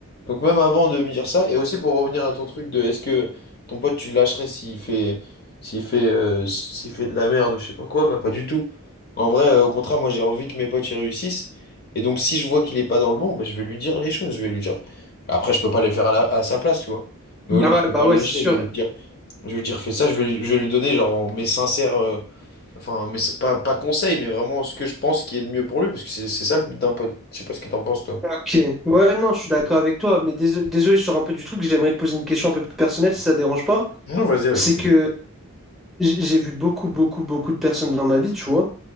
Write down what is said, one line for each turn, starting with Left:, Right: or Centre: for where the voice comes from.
Left: Donc même avant de me dire ça, et aussi pour revenir à ton truc de est-ce que ton pote, tu le lâcherais s'il fait, s'il fait, euh, s'il fait de la merde, je sais pas quoi, bah pas du tout. En vrai, euh, au contraire, moi j'ai envie que mes potes y réussissent. Et donc si je vois qu'il est pas dans le bon, bah, je vais lui dire les choses, je vais lui dire. Après, je peux pas les faire à, la- à sa place, tu vois. Mais
Centre: Ouais,
Left: au lieu, je vais
Centre: bah
Left: pas
Centre: ouais,
Left: le lâcher,
Centre: c'est sûr.
Left: je vais lui dire, je vais lui dire fais ça, je vais, lui- je vais lui donner genre mes sincères Enfin, mais c'est pas, pas conseil, mais vraiment ce que je pense qui est le mieux pour lui, parce que c'est c'est ça le but d'un pote. Je sais pas ce que t'en penses, toi.
Centre: Ok. Ouais, non, je suis d'accord avec toi, mais dés- désolé, je sors un peu du truc, j'aimerais te poser une question un peu plus personnelle, si ça te dérange pas.
Left: Non, vas-y avec
Centre: C'est
Left: plaisir.
Centre: que J'ai j'ai vu beaucoup, beaucoup, beaucoup de personnes dans ma vie, tu vois.